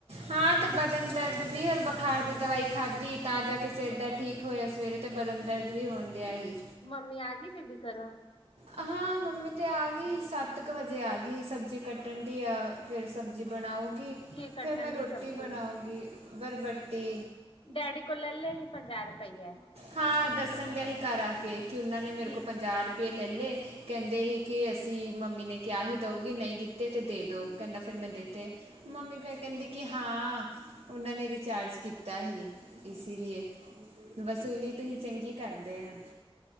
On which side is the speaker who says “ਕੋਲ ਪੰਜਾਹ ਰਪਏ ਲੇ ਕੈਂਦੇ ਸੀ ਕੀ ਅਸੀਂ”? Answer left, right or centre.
Right